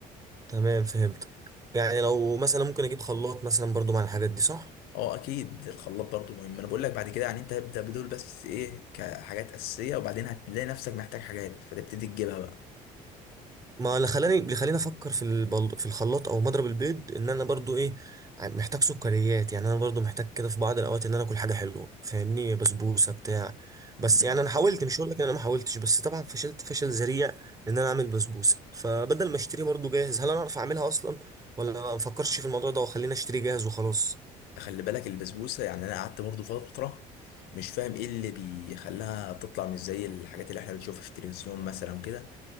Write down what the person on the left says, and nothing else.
اه اكيد الخلاط برضو مهم انا بقول لك بعد كده يعني انت ابدا بدول بس ايه كحاجات اساسيه وبعدين هتلاقي نفسك محتاج حاجات فتبتدي تجيبها بقى
مم.
خلي بالك البسبوسه يعني انا قعدت برضو فتره مش فاهم ايه اللي بيخليها تطلع مش زي الحاجات اللي احنا بنشوفها في التلفزيون مثلا كده